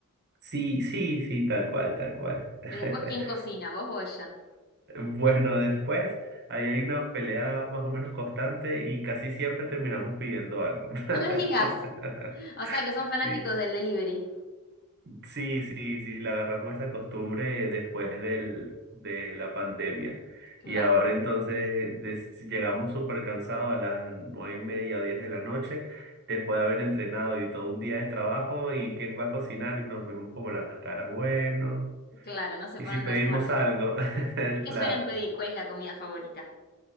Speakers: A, on the right; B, on the left.
A: Sí, sí, sí, tal cual, tal cual. <laughs>
B: Y después, ¿quién cocina, vos o ella?
A: Bueno, después ahí hay una pelea más o menos constante y casi siempre terminamos pidiendo algo. <laughs>
B: No me digas. O sea que son fanáticos
A: Sí,
B: del delivery.
A: Sí, sí, sí, le agarramos esa costumbre después del, de la pandemia.
B: Claro,
A: Y ahora entonces des- llegamos súper cansados a las nueve y media, diez de la noche, después de haber entrenado y todo un día de trabajo, y quién va a cocinar y nos vemos como las caras, bueno,
B: claro, no se
A: y
B: ponen
A: si pedimos
B: de acuerdo.
A: algo, <laughs>
B: ¿Y qué
A: claro.
B: suelen pedir? ¿Cuál es la comida favorita?